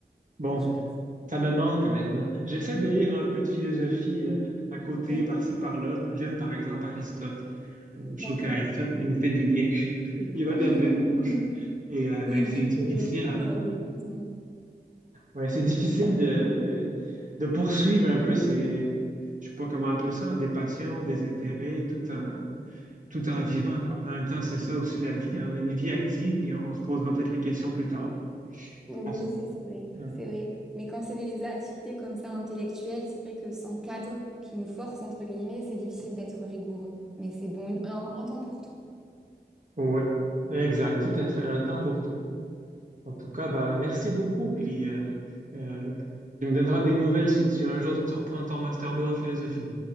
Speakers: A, on the right; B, in the centre.
A: bon,
B: c'est chouette.
A: ça me manque maintenant. J'essaie de lire un peu de philosophie euh, à côté,
B: Ouais,
A: par-ci, par-là. J'aime par exemple Aristote. Je
B: d'accord.
A: trouve qu'avec ça, il me fait du bien. <laughs> Il va
B: D'accord.
A: de me détendre.
B: <laughs> Mm.
A: Et, euh,
B: Oui,
A: mais
B: et
A: c'est
B: puis
A: difficile,
B: c'est vraiment,
A: hein.
B: euh, les- heureusement.
A: Ouais, c'est difficile de, de, de poursuivre un peu ces, je sais pas comment appeler ça, des passions, des
B: Mm.
A: intérêts, tout en, tout en vivant, quoi. En même temps, c'est ça aussi la vie. hein. On a une vie active, puis on, on se posera peut-être les questions plus tard.
B: Oui,
A: Ah, ça.
B: c'est c'est vrai,
A: Ouais.
B: c'est vrai. Mais quand c'est des activités comme ça intellectuelles, c'est vrai que sans cadre qui nous force, entre guillemets, c'est difficile d'être rigoureux. Mais c'est bon, un un temps pour tout.
A: Ouais. exact, tout à fait. Un temps pour tout. En tout cas, bah, merci beaucoup. Puis, euh, euh, tu me donneras des nouvelles si tu, un jour tu reprends ton master 2 en philosophie.